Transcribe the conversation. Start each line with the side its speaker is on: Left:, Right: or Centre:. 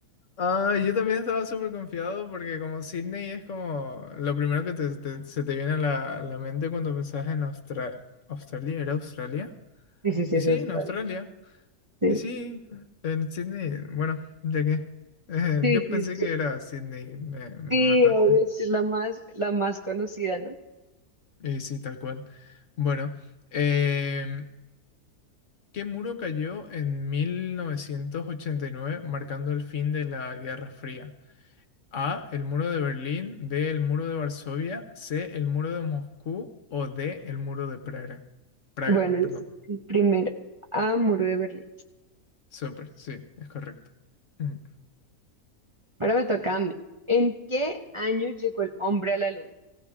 Left: ah, yo también estaba súper confiado porque como Sydney es como lo primero que te- te- se te viene a la, la mente cuando pensás en Austra- Australia, ¿era Australia?
Right: Sí, sí, sí,
Left: Y
Right: es
Left: sí,
Right: Australia.
Left: en Australia.
Right: Sí,
Left: Y sí, en Sydney, bueno, ya que eh,
Right: sí,
Left: yo
Right: sí,
Left: pensé
Right: sí,
Left: que era Sydney, me, me
Right: Sí,
Left: mataste.
Right: obvio, sí, es la más, la más conocida, ¿no?
Left: Y sí, tal cual. Bueno. em, ¿Qué muro cayó en 1989, marcando el fin de la Guerra Fría? A. El muro de Berlín. B. El muro de Varsovia. C. El muro de Moscú. O D. El muro de Praga. Praga,
Right: Bueno, el
Left: perdón.
Right: el primero. A, Muro de Berlín.
Left: Súper, sí, es correcto. Mm.
Right: Ahora me toca a mí. ¿En qué año llegó el hombre a la luna?